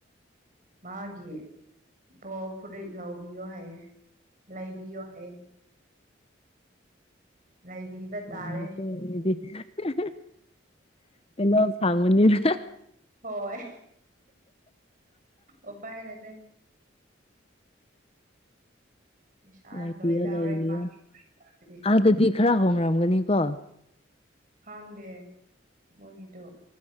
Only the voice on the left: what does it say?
<unintelligible>
<unintelligible> ꯇꯣꯂꯣꯞ ꯐꯪꯕꯅꯤꯅ
ꯂꯩꯕꯤꯌꯣ
ꯂꯩꯕꯤꯌꯣ
ꯑꯥꯗꯗꯤ ꯈꯔ ꯍꯣꯡꯔꯝꯒꯅꯤꯀꯣ